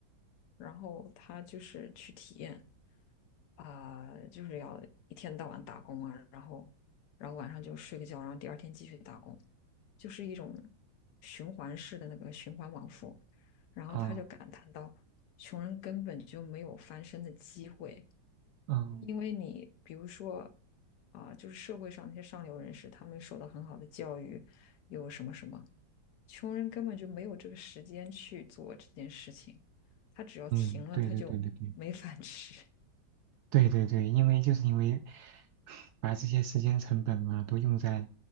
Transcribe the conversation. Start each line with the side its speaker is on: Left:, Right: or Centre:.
Left: 然后他就是去体验啊、就是要一天到晚打工啊，然后然后晚上就睡个觉，然后第二天继续打工，就是一种循环式的那个循环往复。然后他就感叹到，
Right: 啊，
Left: 穷人根本就没有翻身的机会，
Right: 嗯
Left: 因为你比如说啊、就是社会上那些上流人士，他们受到很好的教育，有什么什么，穷人根本就没有这个时间去做这件事情。它只要停了，
Right: 嗯，对对对对对。
Left: 它就没饭吃。
Right: 对对对，因为就是因为把这些时间成本啊都用在